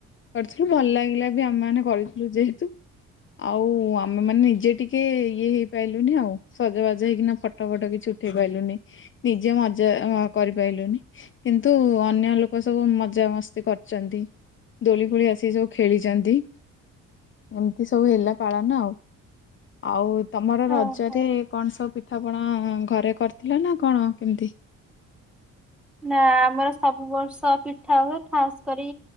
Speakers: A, on the left (about 40°); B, in the centre.
A: କରିଥିଲୁ ଭଲ ଲାଗିଲା ବି ଆମେ ମାନେ କରିଥିଲୁ ଯେହେତୁ। ଆଉ ଆମେ ମାନେ ନିଜେ ଟିକେ ଇଏ ହେଇପାରିଲୁନି ଆଉ ସଜବାଜ ହେଇକିନା ଫଟୋ ଫଟ କିଛି ଉଠ ଉଠେଇ ପାରିଲୁନି ନିଜେ ମଜା କରିପାରଲୁନି। କିନ୍ତୁ ଅନ୍ୟ ଲୋକ ସବୁ ମଜ ମସ୍ତି କରିଛନ୍ତି। ଦୋଳି ଫୋଳି ଆସିିକି ସବୁ ଖେଳିଛନ୍ତି। ଏମିତି ସବୁ ହେଲା ପାଳାନ ଆଉ ଆଉ ତମର ରଜରେ
B: ଓହୋ
A: କଣ ସବୁ ପିଠାପଣା ଘରେ କରିଥିଲ ନା କଣ କେମିତି?
B: ନା ଆମର ସବୁ ବର୍ଷ ପିଠା ହୁଏ ଖାସ କରି